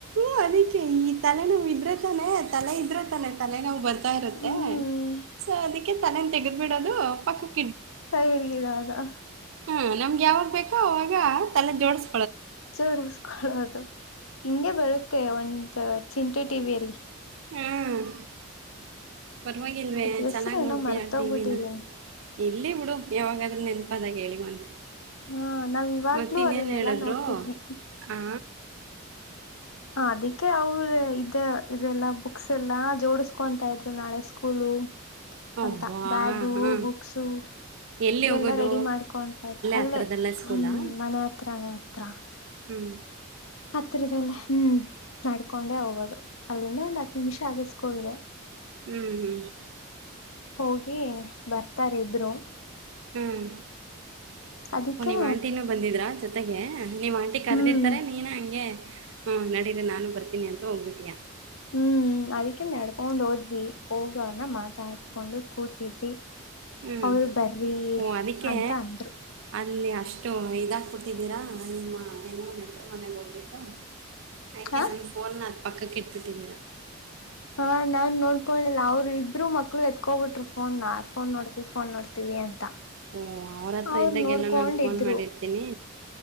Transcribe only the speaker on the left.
ಹ್ಮ್
ಸೈಡಿಡೋದು
ಚೋಡಿಸಕೊಳ್ಳದು ಹಿಂಗೆ ಬರುತ್ತೆ ಮತ್ತ ಒಂದು ಚಿಂಟು ಟಿವಿಯಲ್ಲಿ
ಅದ್ರ ಹೆಸ್ರ
ಏನೋ
ಮರ್ತೋಗ್ಬಿಟ್ಟಿದೀನಿ
ಹಾ ನಾವ್ ಇವಾಗ್ಲೂ
ಅದನ್ನೆಲ್ಲಾ
ನೋಡ್ತಿದ್ವಿ
ಹ ಅದಕ್ಕೆ ಅವ್ರ ಇದ ಇದೆಲ್ಲಾ ಬುಕ್ಸ್ ಎಲ್ಲಾ ಜೋಡಸ್ಕೊಂತ ಇದ್ರು ನಾಳೆ ಸ್ಕೂಲು
ಅಂತ ಬ್ಯಾಗು
ಬುಕ್ಸು
ಎಲ್ಲ ರೆಡಿ ಮಾಡ್ಕೊಂತ ಆ್ತ ಅಲ್ಲೇ
ಹ್ಮ್ ಮನೆ ಹತ್ರನೆ ಹತ್ರ ಹತ್ರ
ಹತ್ರಿರದಲ್ಲೇ ಹ್ಮ್ ನಡ್ಕೊಂಡೆ ಹೋಗೋದು ಅಲ್ಲಿಂದ ಒಂದ್ ಹತ್ ನಿಮಿಷ ಆಗದು ಸ್ಕೂಲ್ಗೆ
ಹೋಗಿ ಬರ್ತಾರೆ ಇಬ್ರು
ಅದಕ್ಕೆ
ಹ್ಮ್
ಹ್ಮ್ ಅದಕ್ಕಿಂತ ನಡ್ಕೊಂಡ್ ಹೋದ್ವಿ ಹೋಗವನ ಮಾತಾಡ್ಸ್ಕೊಂಡು ಕೂತಿದ್ವಿ
ಅವರು ಬರ್ರಿ
ಅಂತ ಅಂದ್ರು
ಹ
ಹಾ ನಾನ್ ನೋಡ್ಕಳಿಲ್ಲ ಅವ್ರು ಇಬ್ರು ಮಕ್ಳು ಎತ್ಕೊ್ಬಿಟ್ರು ಫೋನ್ ನಾ ಫೋನ್ ನೋಡ್ತೀವಿ ಫೋನ್ ನೋಡ್ತೀವಿ ಅಂತ
ಅವ್ರು
ನೋಡ್ಕೊಂಡಿದ್ರು